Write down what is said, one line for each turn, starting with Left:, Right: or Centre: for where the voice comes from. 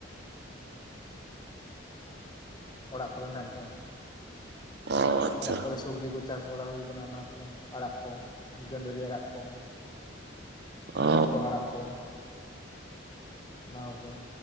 Left: ᱚᱲᱟᱜ ᱠᱚᱨᱮᱱᱟᱜ ᱜᱮ
Right: ᱚ ᱟᱪᱪᱷᱟ
Left: ᱚᱲᱟᱜ ᱠᱚᱨᱮ ᱥᱚᱵᱽᱡᱤ ᱠᱚ ᱪᱟᱥ ᱵᱟᱲᱟ ᱦᱩᱭ ᱟᱠᱟᱱᱟ ᱚᱱᱟ ᱠᱚ ᱟᱲᱟᱜ ᱠᱚ ᱜᱟᱹᱫᱷᱟᱹᱨᱤ ᱟᱲᱟᱜ ᱠᱚ
Right: ᱚ
Left: ᱦᱚᱛᱚᱫ ᱟᱲᱟᱜ ᱠᱚ ᱚᱱᱟ ᱠᱚᱜᱮ